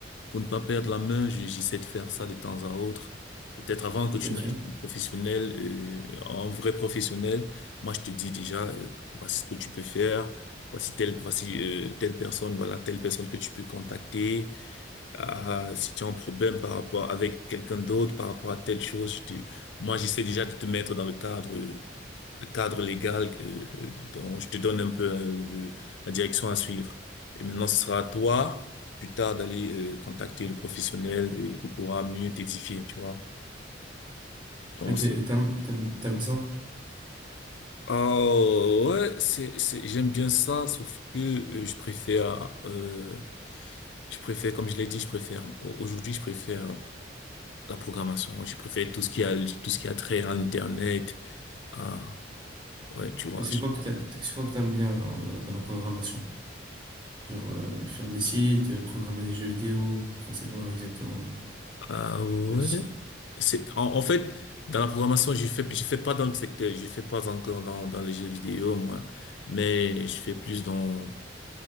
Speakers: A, on the left; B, on the right.
A: pour ne pas perdre la main, j- j'essaie de faire ça de temps à autre. Peut-être avant que tu
B: Ok.
A: n'ailles en professionnel, euh, en vrai professionnel, moi je te dis déjà euh, voici ce que tu peux faire voici telle, voici euh, telle personne, voilà telle personne que tu peux contacter. Ah, si tu as un problème par rapport avec quelqu'un d'autre, par rapport à telle chose, je te- moi j'essaie déjà de te mettre dans le cadre, euh, le cadre légal. euh, euh, dont je te donne un peu euh, la direction à suivre. Et maintenant, ce sera à toi plus tard d'aller euh, contacter le professionnel et il pourra mieux t'édifier, tu vois. Donc,
B: Ok. Et t'aimes, t'aimes, t'aimes ça?
A: Oh, ouais, c'est, c'est, j'aime bien ça, sauf que euh, je préfère, euh, je préfère, comme je l'ai dit, je préfère, au- aujourd'hui, je préfère la programmation. Je préfère tout ce qui a, tout ce qui a trait à Internet. Ah, ouais, tu vois.
B: Et c'est quoi que t'a- c'est quoi que t'aimes bien dans, dans, dans la programmation? Genre euh, faire des sites, euh, programmer des jeux vidéo, enfin c'est quoi exactement
A: Ah, ouais.
B: la discipline?
A: C'est, en, en fait, dans la programmation, je fais, je fais pas dans le secteur, je fais pas encore dans, dans les jeux vidéo, moi, mais je fais plus dans,